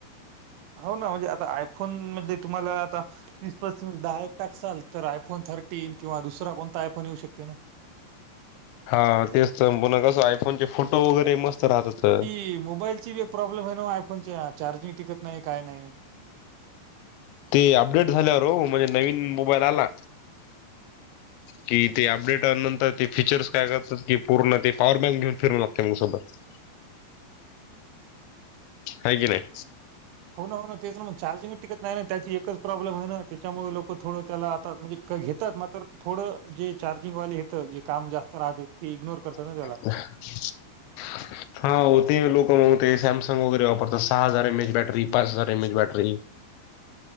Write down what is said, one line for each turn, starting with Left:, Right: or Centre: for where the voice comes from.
Right: हो, ना म्हणजे आता आयफोन मधले तुम्हाला आता तीस पस्तीस दहा- एक टाकसल आंतर आहे. आयफोन थर्टीन किंवा दुसरा कोणता आयफोन येऊ शकते ना,
Left: हा तेच तर, मुलं कसं आयफोनचे फोटो वगैरे मस्त राहतातच.
Right: ही मोबाईल ची बी प्रॉब्लेम आहे ना आयफोनच्या चार्जिंग टिकत नाही काय नाही.
Left: ते अपडेट झाल्यावर हो म्हणजे नवीन मोबाईल आला.
Right: <inaudible>
Left: कि ते अपडेट आ नंतर ते फीचर्स काय करतात की पूर्ण ते पॉवर बँक घेऊन फिरू लागते मग सतत. हाय की नाई.
Right: हो ना, हो ना तेच ना मग चार्जिंगच टिकत नाही ना त्याची एकच प्रॉब्लेम आहे ना त्याच्यामुळे लोकं थोडं त्याला आता म्हणजे कधी तर मात्र थोडं जे चार्जिंगवाले येतं जे काम जास्त राहत ती इग्नोर करतात.
Left: <unintelligible>
Right: त्याला.
Left: हा, हो ते लोक मगते सॅमसंग वगैरे वापरतात सहा हजार एम एच बॅटरी, पाच हजार M H battery.